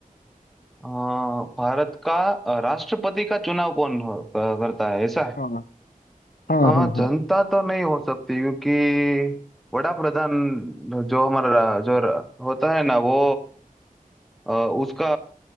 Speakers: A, in the centre; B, on the left.
A: अ, भारत का अ, राष्ट्रपति का चुनाव कौन हो, अ, करता है ऐसा
B: हाँ हाँ
A: अ,
B: हाँ हाँ
A: जनता तो नहीं हो सकती क्योंकि बड़ा प्रधान जो हमारा जो र- होता है ना वो अ, उसका